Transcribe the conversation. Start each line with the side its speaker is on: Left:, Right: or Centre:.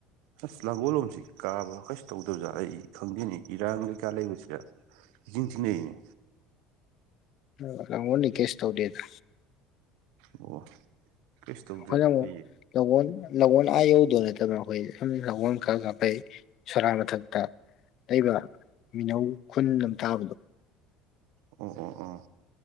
Right: ꯑꯁ ꯂꯥꯡꯒꯣꯜ ꯂꯣꯝꯁꯤ ꯀꯥꯕ ꯀꯩꯁꯨ ꯇꯧꯗꯕꯖꯥꯠꯂ ꯑꯩ ꯈꯪꯗꯦꯅꯦ ꯏꯔꯥꯡ ꯀꯩꯀꯥ ꯂꯩꯕꯁꯤꯗ ꯢꯆꯤꯡ ꯆꯤꯡꯅꯩꯅꯦ
Left: ꯑ ꯂꯥꯡꯒꯣꯟꯗꯤ ꯀꯦꯁꯨ ꯇꯧꯗꯦꯗ
Right: ꯑꯣ ꯀꯩꯁꯨ ꯇꯧꯗ꯭ꯔꯦ
Left: ꯍꯣꯢꯗꯃꯣ
Right: ꯐꯩꯌꯦ
Left: ꯂꯒꯣꯟ ꯂꯒꯣꯟ ꯑꯥ ꯌꯧꯗꯣ ꯅꯠꯇꯕꯅ ꯑꯈꯣꯏꯗꯤ ꯁꯒꯣꯟ ꯈꯔ ꯀꯥꯞꯄꯩ ꯁꯣꯔꯥ ꯃꯊꯛꯇ ꯂꯩꯕ ꯃꯤꯅꯧ ꯈꯨꯟ ꯂꯝ ꯇꯥꯕꯗꯣ
Right: ꯑꯣ ꯑꯣ ꯑꯣ